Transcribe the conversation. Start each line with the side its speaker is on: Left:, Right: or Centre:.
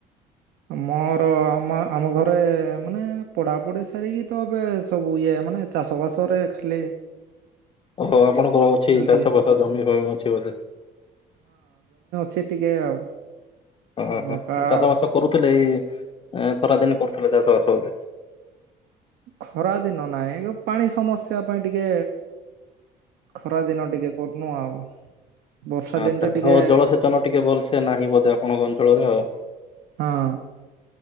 Right: ମୋର ଆମ ଆମ ଘରେ ମାନେ ପଢାପଢି ସାରିକି ତ ଏବେ ସବୁ ଇଏ ମାନେ ଚାଷବାସରେ ଖାଲି
Left: ଓହୋ ଆପଣଙ୍କର ଅଛି
Right: ଖାଲି
Left: ଚାଷ
Right: ଟିକେ
Left: ଫସ ଜମି ଫମି ଅଛି ବୋଧେ
Right: ସେ ଟିକେ ଆଉ
Left: <unintelligible>
Right: ମକା ଆଉ
Left: କରଥିଲେ ଏଇ ଖରାଦିନ କରୁଥିଲେ ଚାଷ ବାସ ଆଗେ
Right: ଖରା ଦିନ ନହିଁ ପାଣି ସମସ୍ୟା ପାଇଁ ଟିକେ ଖରା ଦିନ ଟିକେ କରୁନୁ ଆଉ ବର୍ଷା
Left: ଆଚ୍ଛାଆଉ
Right: ଦିନରେ ଟିକେ
Left: ଜଳସେଚନ ଟିକେ ଭଲସେ ନାହିଁ ବୋଧେ ଆପଣଙ୍କ ଅଞ୍ଚଳରେ ଆଉ
Right: ହଁ।